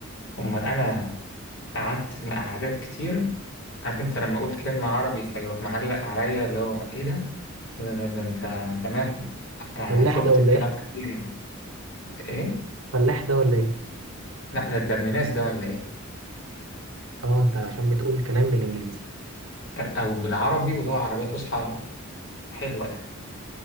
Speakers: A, on the left (about 60°); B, on the right (about 80°).
A: أمال أنا قعدت مع أعداد كتير عارف أنت لما أقول كلمة عربي فيروح معلق عليا اللي هو إيه ده؟ ده, ده, ده أنت تمام آه،
B: فلاح
A: شفت
B: ده ولا
A: الكلام
B: ايه
A: ده كتير يعني إيه؟
B: فلاح ده ولا ايه
A: لا ده, ده ابن ناس ده ولا إيه؟
B: اه انت عشان بتقول كلام بالانجليزي
A: أو بالعربي واللغة العربية فصحى حلوة